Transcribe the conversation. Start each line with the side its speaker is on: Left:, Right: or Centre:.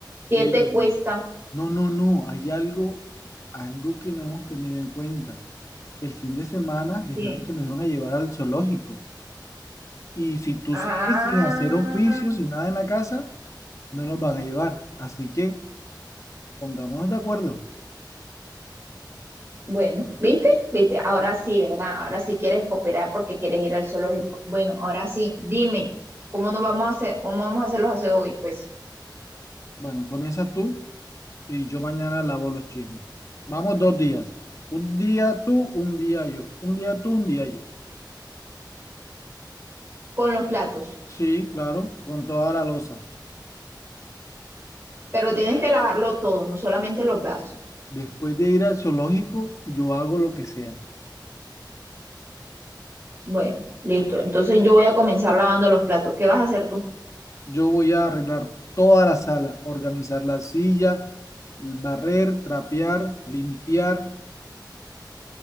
Right: ¿Qué
Left: pero,
Right: te cuesta?
Left: no, no, no, hay algo, algo que no hemos tenido en cuenta. El fin de semana dijeron
Right: Sí.
Left: que nos iban a llevar al zoológico y si tú
Right: Ah,
Left: sigues sin hacer oficios y nada en la casa, no nos van a llevar. Así que pongámonos de acuerdo.
Right: bueno, ¿viste? ¿Viste? Ahora sí, ¿verdad? Ahora sí quieres cooperar porque quieres ir al zoológico. Bueno, ahora sí, dime, ¿cómo nos vamos a hacer, cómo vamos a hacer los aseos hoy? Pues
Left: Bueno, comienzas tú. Y yo mañana lavo los chismes. Vamos dos días. Un día tú, un día yo. Un día tú, un día yo.
Right: con los platos,
Left: Sí, claro, con toda la loza.
Right: pero tienes que lavarlo todo, no solamente los brazos.
Left: Después de ir al zoológico, yo hago lo que sea.
Right: Bueno, listo. Entonces yo voy a comenzar lavando los platos. ¿Qué vas a hacer tú?
Left: Yo voy a arreglar toda la sala, organizar la silla, barrer, trapear, limpiar.